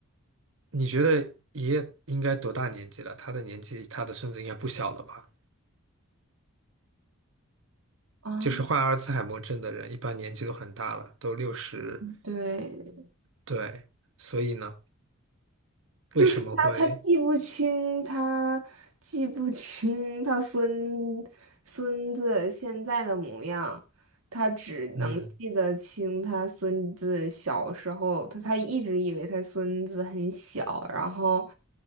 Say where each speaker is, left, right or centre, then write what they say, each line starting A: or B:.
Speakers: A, on the right (about 60°); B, on the right (about 75°).
A: 你觉得爷爷应该多大年纪了？他的年纪，他的孙子应该不小了吧？
B: 啊。
A: 就是患阿尔兹海默症的人，一般年纪都很大了，都六十。
B: 对，
A: 对，所以呢，为什么会？
B: 就是他，他记不清，他记不清他孙孙子现在的模样，他只能记得清他孙子小时候，
A: 嗯
B: 他他一直以为他孙子很小，然后，